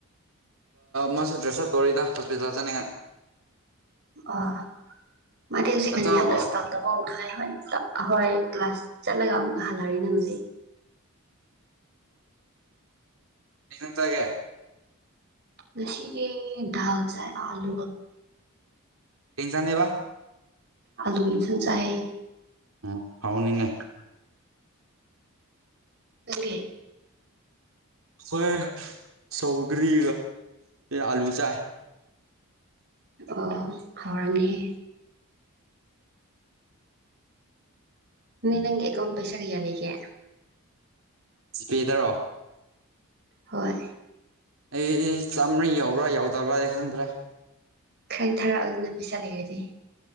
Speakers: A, on the right; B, on the right.
A: ꯃꯥꯁꯨ ꯗ꯭ꯔꯦꯁ ꯑꯞ ꯇꯧꯔꯤꯗ ꯍꯣꯁꯄꯤꯇꯥꯜꯗ ꯆꯠꯅꯤꯡꯉꯥꯏ
B: ꯑꯥ ꯃꯦꯜꯁꯦꯀ
A: ꯆꯥꯛ ꯆꯥꯔꯕꯣ
B: ꯌꯥꯝꯅ ꯏꯁꯇꯥꯇꯕꯈ ꯍꯣꯏ ꯍꯣꯏ ꯀ꯭ꯂꯥꯁ ꯆꯠꯂꯒ ꯑꯃꯨꯛꯀ ꯍꯜꯂꯔꯤꯅꯦ ꯍꯧꯁꯛ
A: ꯌꯦꯟꯇꯒꯦ
B: ꯉꯁꯤꯒꯤꯦ ꯜ ꯆꯥꯏ ꯑꯂꯨ ꯑ
A: ꯀꯖꯅꯦꯦꯕ
B: ꯑꯂꯨ ꯏꯊꯟ ꯆꯥꯏ
A: ꯎꯝ ꯍꯥꯎꯅꯤꯅꯦ
B: ꯑꯣꯀꯦ
A: ꯍꯣꯏ ꯁꯧꯒ꯭ꯔꯤ ꯑꯂꯨ ꯆ
B: ꯑꯣ ꯍꯥꯎꯔꯥꯡꯅꯤꯍꯦ ꯅ ꯅꯪ ꯑꯦꯀꯥꯎꯟ ꯄꯩꯁꯥ ꯀꯩꯌꯥ ꯂꯩꯒꯦ
A: ꯁꯤꯄꯦꯗꯔꯣ
B: ꯍꯣꯏ
A: ꯑꯩ ꯆꯥꯝꯃꯔꯤ ꯌꯎꯕ꯭ꯔꯥ ꯌꯧꯗꯕ꯭ꯔꯥꯗꯤ ꯈꯪꯗ꯭ꯔꯦ
B: ꯈꯔ ꯊꯥꯔꯛꯑꯣ ꯑꯗꯨꯅ ꯄꯩꯁꯥ ꯂꯩꯔꯗꯤ